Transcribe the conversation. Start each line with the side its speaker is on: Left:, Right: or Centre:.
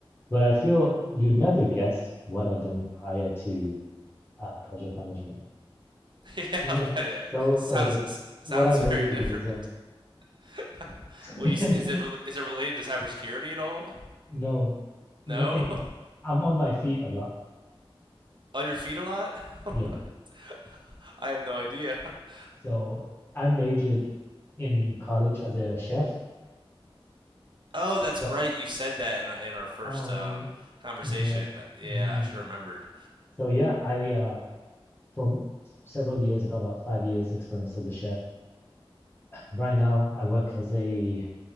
Left: But I feel you'd never guess what I'd done prior to uh, project management.
Right: <laughs> yeah,
Left: Something
Right: what uh,
Left: so,
Right: sounds
Left: so different.
Right: sounds
Left: What I majored
Right: very different.
Left: in as well.
Right: <laughs>
Left: <laughs>
Right: well, you, is it re- is it related to cybersecurity at all?
Left: No, nothing.
Right: No, <laughs>
Left: I'm on my feet a lot.
Right: on your feet a lot. <laughs> what?
Left: Yeah.
Right: <laughs> I have no idea. <laughs>
Left: So I majored in college as a chef.
Right: Oh,
Left: So
Right: that's right. You said that in in our first
Left: oh,
Right: um, conversation.
Left: interaction.
Right: That- Yeah,
Left: Mm.
Right: I should have remembered.
Left: So yeah, I uh for several years, I got about five years experience as a chef. Right now, I work as a